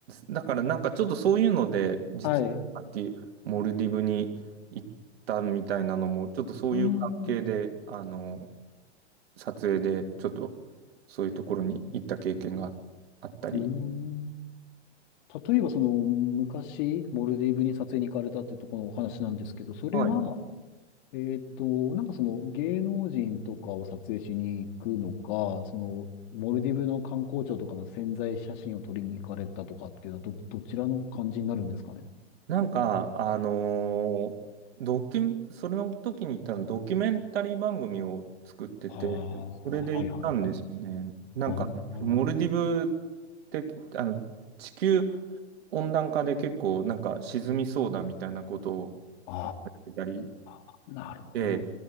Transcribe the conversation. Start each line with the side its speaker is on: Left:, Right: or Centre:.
Right: だからなんかちょっとそういうので、実はさっきモルディブに行ったみたいなのも、
Left: はい。う
Right: ちょっとそういう関係で、
Left: ーん。
Right: あの、撮影でちょっとそういうところに行った経験があったり。
Left: うーん。例えばその昔、モルディブに撮影に行かれたってところのお話なんですけど、それは、
Right: はい
Left: えっと、なんかその芸能人とかを撮影しに行くのか、そのモルディブの観光庁とかの宣材写真を撮りに行かれたとかっていうのはど、どちらの感じになるんですかね。
Right: なんか、あのードキュ、それの時に行ったの、ドキュメンタリー番組を作ってて、
Left: はあ、
Right: それで行ったんですよね。
Left: はいはいはい。
Right: なんか、
Left: あ
Right: モルディブって、あの、地球温暖化で結構、なんか沈みそうだみたいなことを言われてたり
Left: あ、ああなるほど。
Right: で、